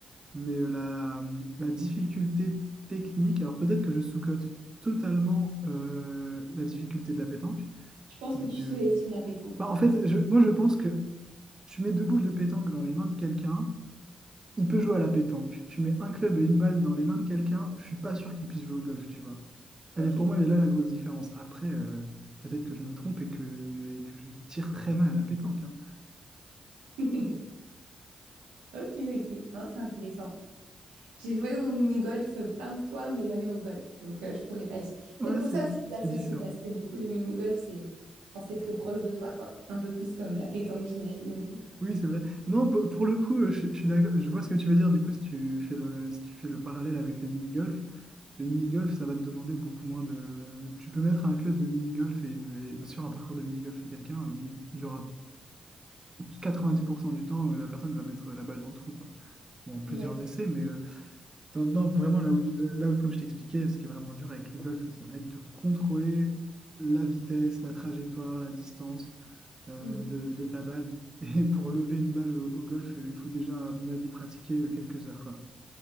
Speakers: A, on the right (about 30°); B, on the right (about 90°).
A: mais euh, la, la difficulté technique, alors peut-être que je sous-cote totalement euh, la difficulté de la pétanque,
B: Je pense
A: mais,
B: que tu sous-estimes
A: euh,
B: la pétanque.
A: bah, en fait, je- moi je pense que tu mets deux boules de pétanque dans les mains de quelqu'un, il peut jouer à la pétanque. Tu mets un club et une balle dans les mains de quelqu'un, je suis pas sûr qu'il puisse jouer au golf, tu vois. Elle
B: Ok.
A: est, pour moi, elle est là la grosse différence. Après, euh, peut-être que je me trompe et que, et que je tire très mal à la pétanque. hein.
B: <laughs> Ok, ok. Hein, c'est intéressant. J'ai joué au mini-golf plein de fois, mais jamais au golf, donc euh, je pourrais pas dire.
A: Ouais,
B: Peut-être pour
A: c'est,
B: ça aussi que
A: c'est
B: je l'associe,
A: différent.
B: parce que du coup, le mini-golf, c'est enfin, c'est très proche de toi, quoi. Un peu plus comme la pétanque, j'imagine, mais...
A: Oui, c'est vrai. Non, pour pour le coup, euh, je, je suis d'accord. Je vois ce que tu veux dire. Du coup, si tu fais le, si tu fais le parallèle avec le mini-golf, le mini-golf, ça va te demander beaucoup moins de. Tu peux mettre un club de mini-golf et, une- et sur un parcours de mini-golf quelqu'un, euh, il il y aura 90% du temps, euh, la personne va mettre la balle dans le trou, quoi. Bon, en plusieurs
B: Ouais.
A: essais, mais. euh, Non, non, vraiment, là, où, là, comme je t'expliquais, ce qui est vraiment dur avec le golf, ça va être de contrôler la vitesse, la trajectoire, la distance euh,
B: Mhm.
A: de, de ta balle. <laughs> Et pour lever une balle au, au golf, euh, il faut déjà, à mon avis, pratiquer euh, quelques heures, quoi.